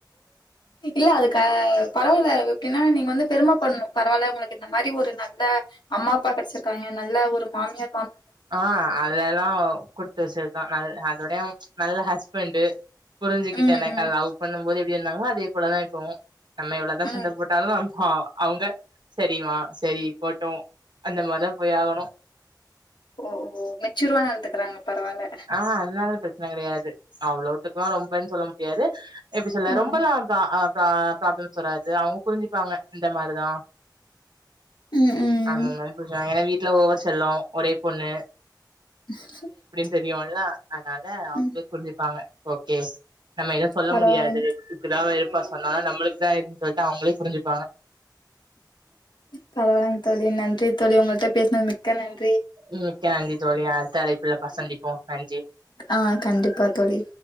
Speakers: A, on the left; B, on the right.
A: இல்ல அதுக்கா பரவாயில்ல அது ஏன்னா நீங்க வந்து பெரும பட்ணு பரவாயில்ல உங்களுக்கு இந்த மாரி ஒரு நல்ல அம்மா அப்பா கெடச்சிருக்காங்க நல்ல ஒரு மாமியா
B: ஆஹ் அதுல எல்லா குடுத்து வச்சிருக்கோ நல் அதோடய நல்ல ஹஸ்பண்ட் புரிஞ்சுக்குட்ட
A: ம்
B: நெக்கா
A: ம்
B: லவ் பண்ணும்போதே இப் டி இருந்தாங்களோ அதே போலதா இப்போவு நம்ம எவ்வளவுதா
A: ம்
B: சண்ட போட்டாலு நம் ஹா அவுங்க செரிமா செரி போட்டோம் அந்த மாரிதா போய் ஆகணும்
A: ஓ மெச்சூருவ எத்துக்கறாங்க பரவால்ல
B: ஆ அதனால கெடையாது அவ்ளவுத்துக்குெல்லாம் ரொம்பன்னு சொல்ல முடியாது எப்டி சொல்ல
A: ம்
B: ரொம்ப லா அ ஆ ப்ராப்ளம்ஸ் சொராது அவுங்க புரிஞ்சுப்பாங்க இந்த மாரிதா
A: ம் ம்
B: அ புச அ வீட் வீல ஓவ செல்லும் ஒரே பொண்ணு
A: <inaudible>
B: தெரியுலா அதனால அவுங்களே
A: ம்
B: புருஞ்சிப்பாங்க ஓகே நம்ம எதவும் சொல்ல
A: பரவாயில்லைங்க
B: முடியாது இப்பதான் ப்பா சொன்னானா நம்பளுக்கு தா எதுன்னு சொல்லிட்டு அவுங்களே புரிஞ்சுப்பாங்க
A: பரவாயில்லங்க தோழி நன்றி தோழி உங்கள்ட்ட பேசினது மிக்க நன்றி
B: உம்க்கந்தி ஜோலியா அடுத்த அலைக்புள்ள சந்திப்போ நு
A: ஆ கண்டிப்பா தொழி